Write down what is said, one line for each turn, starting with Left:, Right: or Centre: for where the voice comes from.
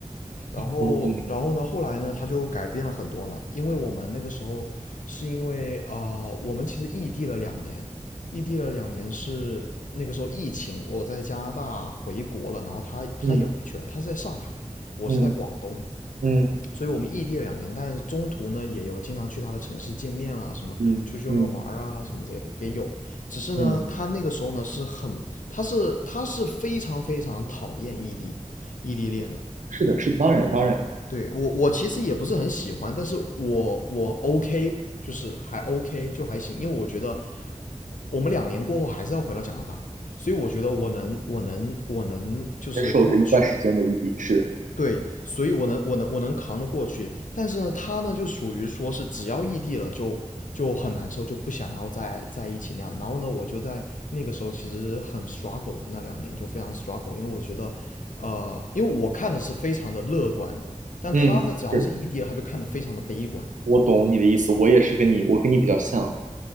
Left: 然后，
Right: 我能懂
Left: 然后呢，后来呢，他就改变了很多了。因为我们那个时候是因为啊、呃我们其实异地了两年，异地了两年是那个时候疫情，我在加拿大回国了，然后他他也回去了，
Right: 嗯
Left: 他是在上海，我是在广东，
Right: 嗯嗯
Left: 所以我们异地了两年，但是中途呢也有经常去他的城市见面啊，什么出去外面玩儿啊，
Right: 嗯嗯
Left: 什么之类的也有。只是呢，
Right: 嗯，
Left: 他那个时候呢是很，他是他是非常非常讨厌异地异地恋的，
Right: 是的，是的，当然当然，
Left: 对，我我其实也不是很喜欢，但是我我 OK，就是还 OK 就还行，因为我觉得我们两年过后还是要回到加拿大，所以我觉得我能我能我能就是过去。
Right: 接受这一段时间的异地是，
Left: 对，所以我能我能我能扛得过去，但是呢，他呢就属于说是只要异地了就就很难受，就不想要再在一起那样。然后呢，我就在那个时候其实很 struggle，那两年就非常 struggle，因为我觉得，呃，因为我看的是非常的乐观的，但他呢只要是异地了，
Right: 嗯，是
Left: 他就看得非常的悲观。
Right: 我懂你的意思，我也是跟你，我跟你比较像，